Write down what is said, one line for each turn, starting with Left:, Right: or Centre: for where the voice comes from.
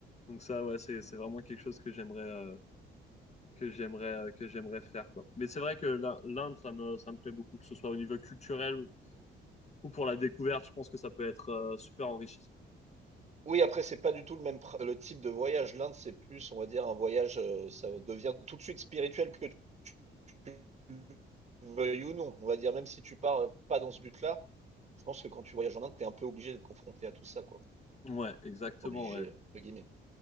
Left: Donc ça, ouais, c'est c'est vraiment quelque chose que j'aimerais euh, que j'aimerais euh, que j'aimerais faire quoi. Mais c'est vrai que la- l'Inde, ça me ça me plaît beaucoup, que ce soit au niveau culturel ou pour la découverte. Je pense que ça peut être euh, super enrichissant.
Right: Oui, après, c'est pas du tout le même pr- le type de voyage. L'Inde, c'est plus, on va dire, un voyage, euh, ça devient tout de suite spirituel que tu veuilles ou non. On va dire, même si tu pars euh, pas dans ce but-là, je pense que quand tu voyages en Inde, tu es un peu obligé d'être confronté à tout ça, quoi.
Left: Ouais, exactement.
Right: Obligé,
Left: Ouais.
Right: euh, entre guillemets.